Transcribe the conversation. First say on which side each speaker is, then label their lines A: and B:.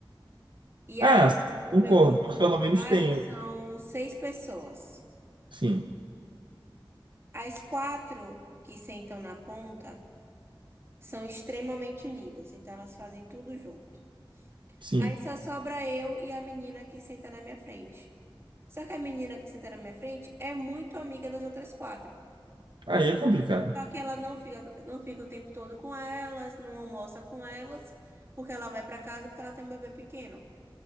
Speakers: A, on the right; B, on the right.
A: E
B: Ah,
A: aí, o
B: concordo,
A: meu grupo
B: mas
A: de
B: pelo
A: trabalho
B: menos tenho.
A: são seis pessoas.
B: Sim,
A: As quatro que sentam na ponta são extremamente unidas, então elas fazem tudo junto.
B: sim.
A: Aí só sobra eu e a menina que senta na minha frente. Só que a menina que senta na minha frente é muito amiga das outras quatro.
B: Aí é complicado.
A: Só que ela não fica, não fica o tempo todo com elas, não almoça com elas, porque ela vai para casa porque ela tem um bebê pequeno.